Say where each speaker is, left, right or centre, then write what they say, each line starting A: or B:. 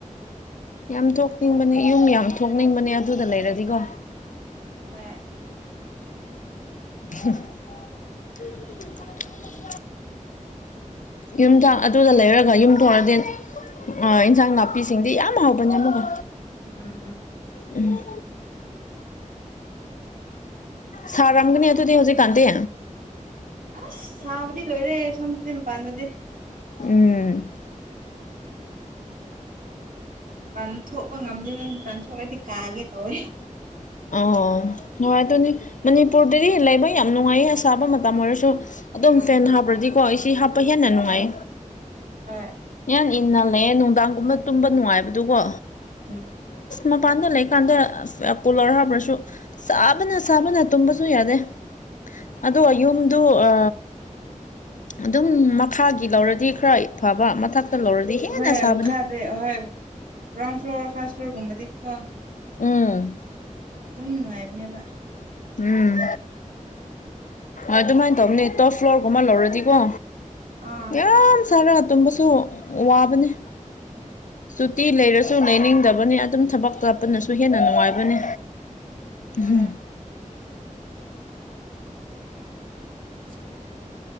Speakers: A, on the left (about 70°); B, on the right (about 85°).
A: ꯌꯥꯝ ꯊꯣꯛꯅꯤꯡꯕꯅꯦ ꯌꯨꯝ ꯌꯥꯝ ꯊꯣꯛꯅꯤꯡꯕꯅꯦ ꯑꯗꯨꯗ ꯂꯩꯔꯗꯤꯀꯣ
B: ꯑ
A: <inaudible> ꯌꯨꯝꯊꯣꯡ ꯑꯗꯨꯗ ꯂꯩꯔꯒ ꯌꯨꯝꯊꯣꯡꯑꯗꯤ ꯑ ꯏꯟꯖꯥꯡ ꯅꯥꯄꯤꯁꯤꯡꯗꯤ ꯌꯥꯝ ꯍꯥꯎꯕꯅꯦ ꯑꯃꯈ
B: ꯎꯝ
A: ꯎꯝ ꯁꯔ ꯃꯪꯒꯅꯦ ꯑꯗꯨꯗꯤ ꯍꯧꯖꯤꯦ ꯀꯥꯟꯦ
B: ꯑꯁ ꯁꯥꯕꯗꯤ ꯂꯣꯏꯔꯦ ꯁꯣꯝꯗꯗꯤ ꯃꯄꯥꯟꯗꯗꯤ
A: ꯎꯝ
B: ꯄꯥꯟꯊꯣꯛꯄ ꯉꯝꯗꯣꯏ ꯅꯣꯏ ꯄꯥꯟꯊꯣꯛꯂꯗꯤ ꯀꯥꯒꯦ ꯇꯧꯋꯦ
A: ꯑꯣ ꯅꯨꯡꯉꯥꯏ ꯑꯗꯨꯅꯤ ꯃꯅꯤꯄꯨꯔꯗꯗꯤ ꯂꯩꯕ ꯌꯥꯝ ꯅꯨꯡꯉꯥꯏꯌꯦ ꯑꯁꯥꯕ ꯃꯇꯝ ꯑꯣꯏꯔꯁꯨ ꯑꯗꯨꯝ
B: ꯎꯝ
A: ꯐꯦꯟ ꯍꯥꯞꯄ꯭ꯔꯗꯤꯀꯣ ꯏ ꯍꯥꯞꯄ ꯍꯦꯟꯅ ꯅꯨꯡꯉꯥꯏ
B: ꯑ
A: ꯌꯥꯝ ꯏꯟꯅꯜꯂꯦ ꯅꯨꯡꯗꯥꯡꯒꯨꯝꯕ ꯇꯨꯝꯕ ꯅꯨꯡꯉꯥꯏꯕꯗꯨꯒꯣ
B: ꯎꯝ
A: ꯃꯄꯥꯟꯗ ꯂꯩꯀꯥꯟꯗ ꯀꯣꯂꯣꯔ ꯍꯥꯞꯄ꯭ꯔꯁꯨ ꯆꯥꯕꯅ ꯆꯥꯕꯅ ꯇꯨꯝꯕꯁꯨ ꯌꯥꯗꯦ ꯑꯗꯣ ꯌꯨꯝꯗꯨ ꯑ ꯑꯗꯨꯝ ꯃꯈꯥꯒꯤ ꯂꯧꯔꯗꯤ ꯈꯔ ꯐꯕ ꯃꯊꯛꯇ ꯂꯧꯔꯗꯤ ꯍꯦꯟꯅ
B: ꯍꯣꯏ
A: ꯁꯥꯕꯅꯤ
B: ꯃꯈꯥꯗꯤ ꯍꯍꯣꯏ ꯒ꯭ꯔꯥꯎꯟ ꯐ꯭ꯂꯣꯔ ꯐꯥꯔꯁ ꯐ꯭ꯂꯣꯔꯒꯨꯝꯕꯗꯤ ꯀꯣ
A: ꯎꯝ
B: ꯎꯝꯅꯨꯡꯉꯥꯏꯕꯅꯦꯕ
A: ꯎꯝ ꯑꯗꯨꯃꯥꯏꯅ ꯇꯧꯅꯦ ꯇꯣꯞ ꯐ꯭ꯂꯣꯔꯒꯨꯝꯕ ꯂꯧꯔꯗꯤꯀꯣ
B: ꯑꯥ
A: ꯌꯥꯝ ꯁꯥꯔꯒ ꯇꯨꯝꯕꯁꯨ ꯋꯥꯕꯅꯦ ꯁꯨꯇꯤ ꯂꯩꯔꯁꯨ ꯂꯩꯅꯤꯡꯗꯕꯅꯤ ꯑꯗꯨꯝ ꯊꯕꯛ ꯇꯠꯄꯅꯁꯨ ꯍꯦꯟꯅ ꯅꯨꯡꯉꯥꯏꯕꯅꯤ
B: ꯍꯣꯏ
A: ꯎꯝ
B: <inaudible>